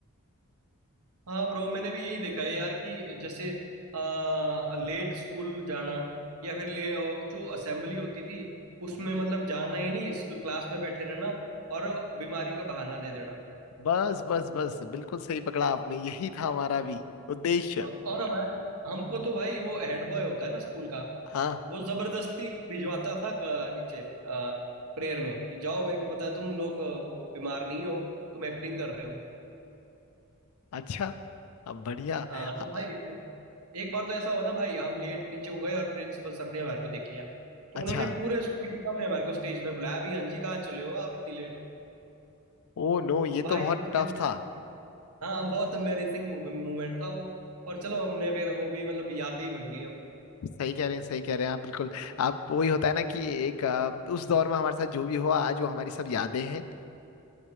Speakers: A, on the right; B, on the left.
A: हाँ ब्रो मैंने भी यही देखा है यार कि जैसे आ, लेट स्कूल जाना या फिर ले जो असेंबली होती थी उसमें मतलब जाना ही नहीं इस क्लास में बैठे रहना और बीमारी का बहाना दे देना
B: बस बस बस बिल्कुल सही पकड़ा आपने यही था हमारा भी उद्देश्य
A: हाँ और हमारे हमको तो भाई वो हेड बॉय होता है ना स्कूल का
B: हाँ
A: वो जबरदस्ती भिजवाता था अ, नीचे प्रेयर में कि जाओ मेरे को पता है तुम लोग अ, वो बीमार नहीं हो तुम एक्टिंग कर रहे हो
B: अच्छा अब बढ़िया
A: हाँ
B: हाँ,
A: तो भाई फिर एक बार तो ऐसा हो ना भाई हम लेट नीचे हो गए और प्रिंसिपल सर ने हमारे को देख लिया तो
B: अच्छा
A: उन्होंने पूरे स्कूल के सामने हमारे को स्टेज पे बुलाया भाई हाँ जी कहाँ चले हो आप इतनी लेट
B: ओ नो ये
A: तो भाई
B: तो बहुत
A: उस
B: टफ
A: दिन
B: था
A: हाँ बहुत एम्बेरसिंग मोमेंट था वो पर चलो हमने फिर वो भी मतलब यादें ही बन गई अब
B: सही कह रहे हैं सही कह रहे हैं आप बिल्कुल आप वही होता है ना कि एक अ, उस दौर में हमारे साथ जो भी हुआ आज वो हमारी सब यादें हैं